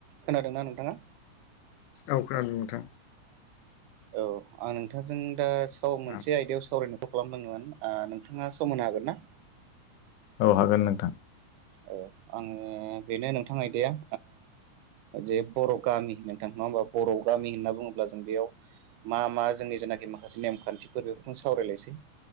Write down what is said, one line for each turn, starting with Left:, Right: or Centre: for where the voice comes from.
Right: खोनादों ना नोंथाङा।
Left: औ खोनादों नोंथां।
Right: औ आं नोंथांजों दा स मोनसे
Left: औ
Right: आयदायाव सावरायनायखौ खालामदोंमोन नोंथाङा समायनो हागोन ना।
Left: औ हागोन नोंथां।
Right: औ आङो बेनो नोंथां आइदाया जे बर' गामि नोंथां नङा होमबा बर' गामि होनना बुङोब्ला जों बेयाव मा मा जोंनि जेनाखि माखासे नेमखान्थिफोर बेफोरखौनो सावरायलायसै